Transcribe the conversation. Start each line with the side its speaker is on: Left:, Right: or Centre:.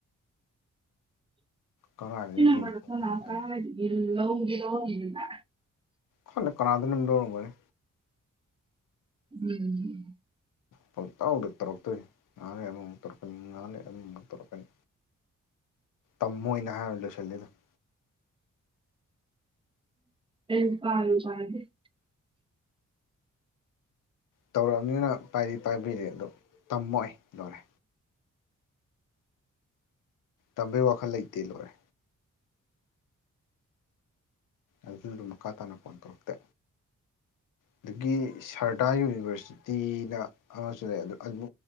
Left: ꯀꯅꯥꯗ
Right: ꯅ
Left: ꯌꯦꯟ ꯈꯣꯡꯕ
Right: ꯅꯅꯥ
Left: ꯃꯇꯝꯗ
Right: ꯇ꯭ꯔ ꯏꯂ ꯎꯒꯤꯗꯣ ꯏꯅ
Left: ꯈꯪꯗꯦ ꯀꯅꯥꯗꯅꯝ ꯂꯧꯔꯝꯒꯅꯤ
Right: ꯎꯝ
Left: ꯄꯥꯎꯇꯥꯎꯗ ꯇꯧꯔꯛꯇꯣꯏ ꯉꯥꯜꯂꯦ ꯑꯃꯃꯨꯛ ꯇꯧꯔꯛꯀꯅꯤ ꯉꯥꯜꯂꯦ ꯑꯃꯃꯨꯛ ꯇꯧꯔꯛꯀꯅꯤ ꯇꯝꯃꯣꯏꯅ ꯍꯥꯏꯔ ꯂꯣꯏꯁꯤꯜꯂꯤꯗꯨꯝ
Right: UNINTELLIGIBLE
Left: ꯇꯧꯔꯛꯑꯕꯅꯤꯅ ꯄꯥꯏꯗꯤ ꯄꯥꯏꯕꯤꯔꯤ ꯑꯗꯨꯣ ꯇꯝꯃꯣꯏ ꯂꯣꯏꯔꯦ ꯇꯥꯝꯕꯩ ꯋꯥꯈꯜ ꯂꯩꯇꯦ ꯂꯣꯏꯔꯦ ꯑꯗꯨꯗꯨ ꯃꯈꯥ ꯇꯥꯅ ꯐꯣꯟ ꯇꯧꯔꯛꯇꯦ ꯑꯗꯨꯒꯤ ꯁꯔꯗꯥ ꯌꯨꯅꯤꯚꯔꯁꯤꯇꯤꯅ ꯑꯃꯁꯨ ꯂꯩ ꯑꯗꯨ ꯑꯗꯨ